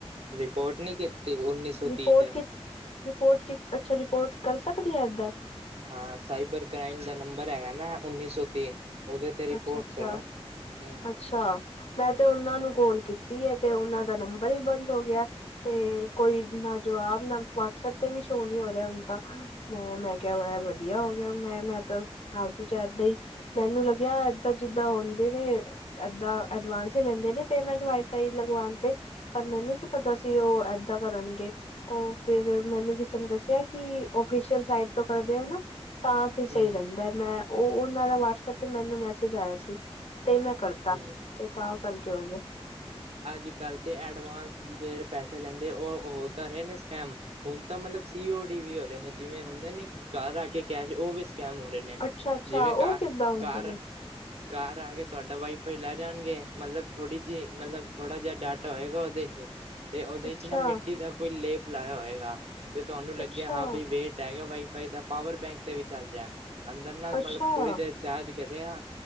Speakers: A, on the right (about 75°); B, on the left (about 70°).
A: ਰਿਪੋਰਟ ਨੀ ਕੀਤੀ ਉੱਨੀ ਸੌ
B: ਰਿਪੋਰਟ
A: ਤੀਹ ਤੇ?
B: ਕੇ ਰਿਪੋਰਟ 'ਚ ਅੱਛਾ, ਰਿਪੋਰਟ ਕਰ ਸਕਦੇ ਏ, ਏਦਾਂ
A: ਹਾਂ, ਸਾਈਬਰ ਕ੍ਰਾਈਮ ਦਾ ਨੰਬਰ ਹੈਗਾ ਨਾ, ਉੱਨੀ ਸੌ ਤੀਹ ਉਹਦੇ ਤੇ ਰਿਪੋਰਟ
B: ਅੱਛਾ ਅੱਛਾ,
A: ਕਰੋ। ਹੂੰ,
B: ਅੱਛਾ, ਮੈਂ ਤੇ ਉਹਨਾਂ
A: ਹੂੰ,
B: ਨੂੰ ਕੋਲ ਕੀਤ ਕੀ, ਏ, ਤੇ ਓਨਾ ਦਾ ਨੰਬਰ ਈ ਬੰਦ ਹੋ ਗਿਆ ਤੇ ਕੋਈ ਨਾ ਜਵਾਬ, ਨਾ ਵਾਟਸਐਪ ਤੇ ਵੀ ਸ਼ੋਅ ਨੀ ਹੋ ਰਿਹਾ, ਹੁਨਤਾਂ ਮੈਂ ਮੈਂ ਕਿਹਾ ਵੇ ਵਧੀਆ ਹੋ ਗਿਆ, ਮੈਂ ਮੈਂ ਤਾਂ ਫਾਲਤੂ ਚ ਇਦਾਂ ਹੀ ਮੈਨੂੰ ਲੱਗ ਏਦਾਂ ਜਿੱਦਾਂ ਹੁੰਦੇ ਨੇ ਏਦਾਂ ਐਡਵਾਂਸ ਹੀ ਲੈਂਦੇ ਨੇ ਪੇਮੈਂਟ, ਵਾਈਫਾਈ ਲਗਵਾਣ ਤੇ ਪਰ, ਮੈਨੂੰ ਕੀ ਪਤਾ ਸੀ, ਉਹ ਏਦਾਂ ਕਰਨਗੇ। ਉਹ ਫਿਰ ਮੈਨੂੰ ਕਿਸੇ ਨੇ ਦੱਸਿਆ ਕਿ, ਓਫੀਸ਼ਅਲ ਸਾਈਟ ਤੋਂ ਕਰਦੇ ਏ ਨਾ ਤਾਂ ਫਿਰ ਸਹੀ
A: ਹੂੰ,
B: ਰਹਿੰਦਾ, ਮੈਂ ਉ ਉਨਾਂ ਦਾ ਵਟਸਐਪ ਤੇ ਮੈਨੂੰ ਮੈਸੇਜ ਆਇਆ ਸੀ। ਤੇ ਮੈਂ ਕਰਤਾ,
A: ਹੂੰ
B: ਤੇ ਤਾਂ ਕਰਕੇ ਹੋਗਿਆ
A: ਅੱਜ ਕੱਲ੍ਹ ਤੇ ਐਡਵਾਂਸ ਜਿਦੇ ਪੈਸੇ ਲੈਂਦੇ, ਉਹ ਉਹ ਤਾਂ ਰਹੇ ਨੇ ਸਕੈਮ ਹੁਣ ਤਾਂ ਮਤਲਬ ਸੀਓ ਡੀ ਵੀ ਹੋ ਰਹੇ ਨੇ, ਜਿਵੇਂ ਹੁੰਦੇ ਨੇ ਘਰ ਆ ਕੇ ਕੈਸ਼, ਉਹ ਵੀ ਸਕੈਮ ਹੋ ਰਹੇ ਨੇ
B: ਅੱਛਾ ਅੱਛਾ
A: ਜੀਵੇ
B: ਉਹ
A: ਘਾ
B: ਕਿੱਦਾਂ ਹੁੰਦੇ
A: ਘਰ
B: ਨੇ
A: ਘਰ ਆ ਕੇ ਤੁਹਾਡਾ ਵਾਈਫਾਈ ਲੈ ਜਾਣਗੇ, ਮਤਲਬ ਥੋੜ੍ਹੀ ਜਿਹੀ, ਮਤਲਬ ਥੋੜ੍ਹਾ ਜਿਹਾ ਡਾਟਾ ਹੋਏਗਾ ਉਹਦੇ 'ਚ, ਤੇ ਉਹਦੇ
B: ਅੱਛਾ
A: 'ਚ ਨਾ ਮਿੱਟੀ ਦਾ ਕੋਈ ਲੇਪ ਲਾਇਆ ਹੋਏਗਾ। ਤੇ ਤੁਹਾਨੂੰ ਲੱਗਿਆ
B: ਅੱਛਾ
A: ਹਾਂ ਬਈ ਵੈਟ ਆਏਗਾ ਵਾਈਫਾਈ ਦਾ ਪਾਵਰ ਬੈਂਕ ਤੇ ਵੀ ਚੱਲ ਜੈ ਅੰਦਰ ਨਾਲ
B: ਅੱਛਾ
A: ਮਤਲਬ ਥੋੜੀ ਦੇਰ ਚਾਰਜ ਕਰਿਆ,